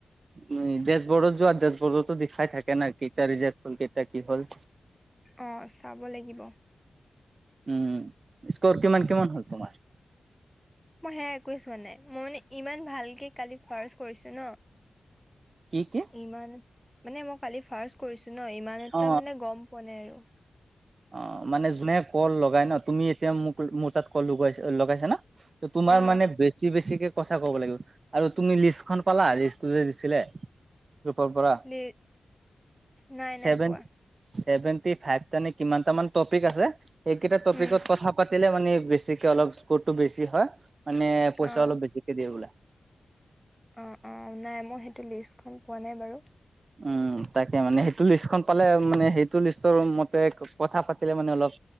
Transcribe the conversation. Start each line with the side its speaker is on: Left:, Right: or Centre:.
Right: উ ডেশবৰ্ডত যোৱা ডেশবৰ্ডতো দেখাই থাকে নাই কেইটা ৰিজাৰ্ট হ'ল কেইটা কি হ'ল।
Centre: অ চাব লাগিব।
Right: উম স্ক'ৰ কিমান কিমান হ'ল তোমাৰ।
Centre: মই সেয়া একোৱে চোৱা নাই মই মানে ইমান ভালকে কালি ফাষ্ট কৰিছো ন,
Right: কি কি?
Centre: ইমান মানে মই কালি ফাৰ্ষ্ট কৰিছোঁ ন ইমান এটা
Right: অ
Centre: মানে গম পোৱা নাই আৰু।
Right: অঁ মানে যোনে কল লগাই ন তুমি এতিয়া মোক মোৰ তাত কল লগোৱাইছে লগাইছা না? তো তোমাৰ
Centre: অ
Right: মানে বেছি বেছিকে কচা ক'ব লাগিব আৰু তুমি লিষ্টখন পালা লিষ্ট যে দিছিলে। ৰূপৰ পৰা
Centre: লি নাই
Right: ছেভেন
Centre: নাই পোৱা
Right: চেভেন্তি ফাইভটা নে কিমানটা মান টপিক আ সেইকেইটা টপিকত
Centre: উম
Right: কথা পাত কৰিলে মানে বেছিকে অলপ স্কোৰটো বেছি হয়, মানে পইচা
Centre: অ
Right: অলপ বেছিকে দিয়ে বোলে।
Centre: অঁ অঁ নাই মই সেইটো লিষ্টখন পোৱা নাই বাৰু
Right: উম তাকে মানে সেইটো লিষ্টখন পালে মানে সেইটো লিষ্টৰ মতে ক কথা পাতিলে মানে অলপ